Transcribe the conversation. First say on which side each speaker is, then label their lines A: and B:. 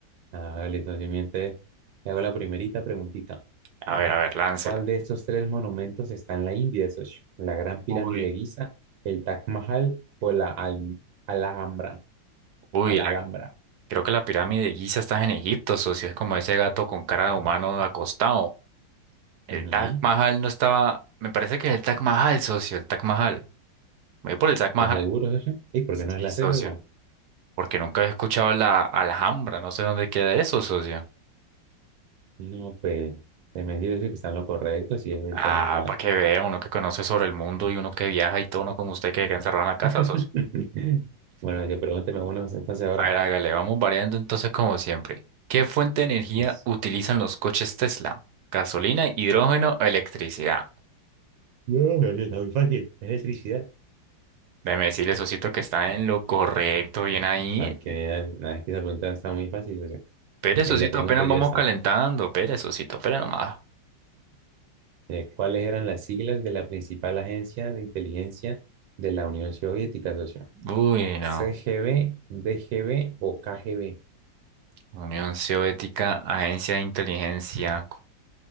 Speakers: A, on the right; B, on the right.
A: Dale, socio, miente. Le hago la primerita preguntita.
B: A ver, a ver, láncela.
A: ¿Cuál de estos tres monumentos está en la India, socio? ¿La Gran Pirámide
B: Uy,
A: de Giza, el Taj Mahal o la Al- Alhambra?
B: uy,
A: A la
B: la-
A: Alhambra.
B: creo que la pirámide de Giza está en Egipto, socio. Es como ese gato con cara de humano acostado. El
A: Ujú.
B: Taj Mahal no estaba. Me parece que es el Taj Mahal, socio, el Taj Mahal. Voy por el Taj
A: ¿Estás
B: Mahal.
A: seguro, socio? ¿Y por
B: Sí,
A: qué no es la
B: socio.
A: C, socio?
B: Porque nunca había escuchado la Alhambra, no sé dónde queda eso, socio.
A: No, pues, se me dice que están lo correcto, si es el
B: Ah,
A: Taj Mahal.
B: para que vea, uno que conoce sobre el mundo y uno que viaja y todo, no como usted que queda encerrado en la casa,
A: <laughs>
B: socio.
A: Bueno, yo pregúnteme uno, entonces ahora.
B: A ver, hágale, vamos variando entonces como siempre. ¿Qué fuente de energía
A: Pues,
B: utilizan los coches Tesla? ¿Gasolina, hidrógeno o electricidad?
A: no, socio, está muy fácil. Es Electricidad.
B: Déjeme decirle, Sosito, que está en lo correcto, bien ahí.
A: Para que veas, nada, que esa pregunta está muy fácil. o sea,
B: Pere,
A: mira,
B: Sosito,
A: le pregunto
B: apenas
A: ya
B: vamos
A: está
B: calentando. Pere, Sosito, pere nomás.
A: Eh, ¿cuáles eran las siglas de la principal agencia de inteligencia de la Unión Soviética, socio?
B: Uy, no.
A: ¿CGB, DGB o KGB?
B: Unión Soviética, Agencia de Inteligencia.